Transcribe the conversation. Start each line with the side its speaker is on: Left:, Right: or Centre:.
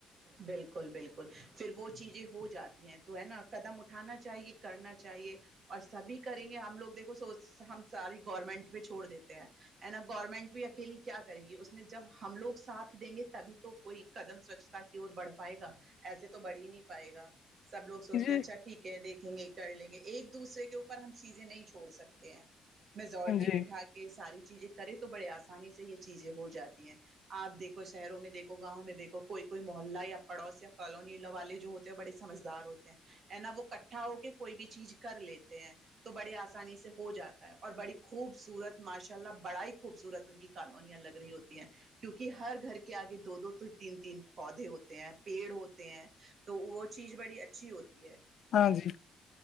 Right: بالکل بالکل پھر وہ چیزیں ہو جاتی ہیں تو ہے نا قدم اٹھانا چاہیے کرنا چاہیے اور سبھی کریں گے ہم لوگ دیکھو سو ہم ساری گورنمنٹ پہ چھوڑ دیتے ہیں ہے نا گورنمنٹ بھی اکیلی کیا کرے گی اس میں جب ہم لوگ ساتھ دیں گے تبھی تو کوئی قدم سوچھتا کے اور بڑھ پائے گا ایسے تو بڑھ ہی نہیں پائے گا سب لوگ سوچتے
Left: جی
Right: ہیں اچھا ٹھیک ہے دیکھیں گے کر لیں گے ایک دوسرے کے اوپر ہم چیزیں نہیں چھوڑ سکتے ہیں میزورٹی
Left: جی
Right: بٹھا کے ساری چیزیں کرے تو بڑے آسانی سے یہ چیزیں ہو جاتی ہیں آپ دیکھو شہروں میں دیکھو گاؤں میں دیکھو کوئی کوئی محلہ یا پڑوس یا کالونی والے جو ہوتے ہیں وہ بڑے سمجدار ہوتے ہیں نا وہ کٹ اٹھا ہو کے کوئی بھی چیز کر لیتے ہیں تو بڑے آسانی سے ہو جاتا ہے اور بڑی خوبصورت ماشاء اللہ بڑا ہی خوبصورت ان کی کالونیاں لگ رہی ہوتی ہیں کیونکہ ہر گھر کے آگے دو دو تین تین پودے ہوتے ہیں پیڑ ہوتے ہیں تو وہ چیز بڑی اچھی ہوتی ہے
Left: ہاں جی